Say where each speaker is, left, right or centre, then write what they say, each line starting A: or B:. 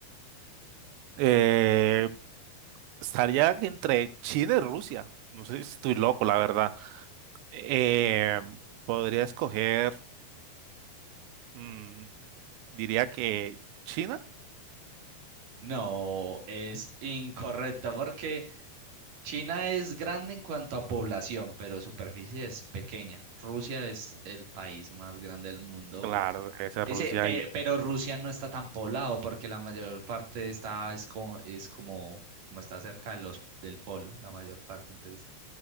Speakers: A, on the right (about 85°); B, on the right (about 55°).
A: eh, estaría entre China y Rusia. No sé si estoy loco, la verdad. Eh, podría escoger, mm, diría que China.
B: No, es incorrecto porque China es grande en cuanto a población, pero superficie es pequeña. Rusia es el país más grande del mundo.
A: Claro, debe ser
B: Ese,
A: Rusia
B: pe-
A: y...
B: pero Rusia no está tan poblado porque la mayor parte está es, co- es como como está cerca de los del polo, la mayor parte, entonces